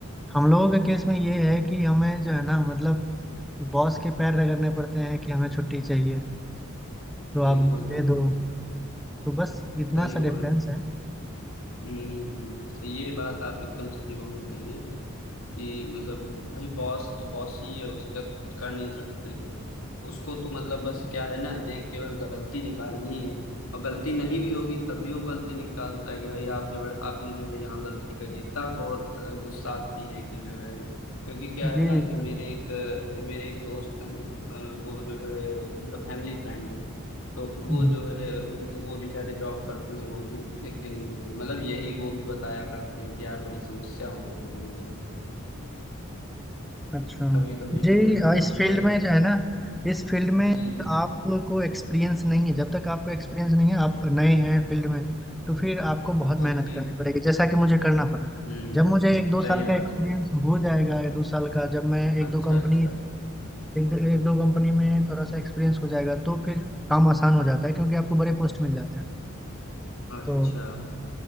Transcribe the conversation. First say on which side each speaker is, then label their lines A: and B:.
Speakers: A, in the centre; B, on the left (about 80°).
A: हम लोगों के केस में ये है कि हमें जो है ना मतलब बॉस के पैर रगड़ने पड़ते हैं कि हमें छुट्टी चाहिए तो
B: बिल्कुल
A: आप दे
B: बिल्कुल
A: दो तो बस इतना
B: सही
A: सा
B: बोल
A: डिफरेंस है
B: हम्म हम्म, तो ये बात आप एकदम सही बोल रहे हैं कि मतलब भाई बॉस तो बॉस ही है उसका तो कुछ कर नहीं सकते हैं उसको तो मतलब बस क्या है ना देख के बस गलती निकालनी है और गलती नहीं भी होगी तभी वो गलती निकालता है कि भाई आप जब आपने जो है यहाँ गलती करी तब बहुत अ, गुस्सा आती है कि जो है क्योंकि क्या
A: जी
B: है ना कि मेरे एक अ, मेरे एक दोस्त हैं अ, वो जो है मतलब फैमिली फ्रेंड हैं तो वो
A: हम्म।
B: जो है उन वो बेचारे जॉब करते हैं वो भी लेकिन मतलब यही वो भी बताया करते हैं कि यार बड़ी समस्या होती है मुझे
A: अच्छा
B: कभी कभी
A: जी
B: जो है
A: अ,
B: हाँ
A: इस फील्ड
B: कभी
A: में जो है ना इस फील्ड में अगर
B: जी जी
A: आपको एक्सपीरियंस नहीं है जब तक आपको एक्सपीरियंस नहीं है आप नए हैं फील्ड में तो फिर आपको बहुत मेहनत
B: ओके
A: करनी पड़ेगी जैसा कि मुझे करना पड़ा
B: हम्म
A: जब मुझे एक दो
B: सही
A: साल
B: बात
A: का एक्सपीरियंस
B: है
A: हो जाएगा एक दो साल का जब मैं
B: अच्छा
A: एक दो कंपनी
B: अच्छा
A: एक दो, एक दो कंपनी में थोड़ा सा एक्सपीरियंस हो जाएगा तो फिर काम आसान हो जाता है क्योंकि आपको बड़े पोस्ट मिल जाते हैं
B: अच्छा
A: तो